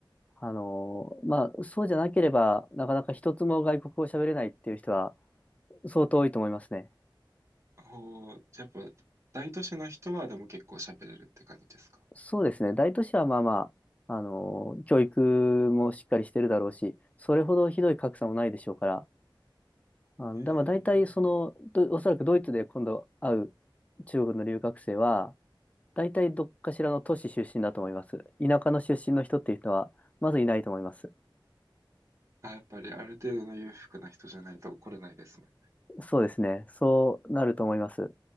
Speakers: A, on the left; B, on the right.
A: あの、まあ、そうじゃなければ、なかなか一つも外国語を喋れないっていう人は相当多いと思いますね。
B: ほう、じゃあやっぱ、大都市の人はでも結構喋れるって感じですか
A: そうですね。大都市はまあまあ、あのー教育もしっかりしてるだろうし、それほどひどい格差もないでしょうから、あの、
B: へえ。
A: でも大体その、どおそらくドイツで今度会う中国の留学生は、大体どっかしらの都市出身だと思います。田舎の出身の人っていう人は、まずいないと思います。
B: あ、やっぱりある程度の裕福な人じゃないと来れないですね。
A: そうですね。そうなると思います。